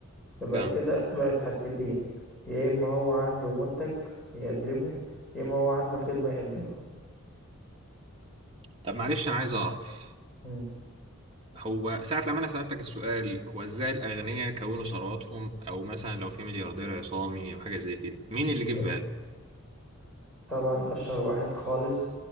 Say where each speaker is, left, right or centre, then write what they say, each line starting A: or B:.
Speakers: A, in the centre; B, on the right (about 25°).
A: فبقت
B: فاهم
A: كده بقت حتتين يا اما هو عنده منتج يقدمه يا اما هو عنده خدمة يقدمها
B: طب معلش انا عايز اعرف
A: مم.
B: هو ساعة لما انا سألتك السؤال هو ازاي الاغنياء كونوا ثرواتهم او مثلا لو في ملياردير عصامي او حاجة زي كده مين اللي جه
A: حلو.
B: في بالك؟
A: طبعا اشهر واحد خالص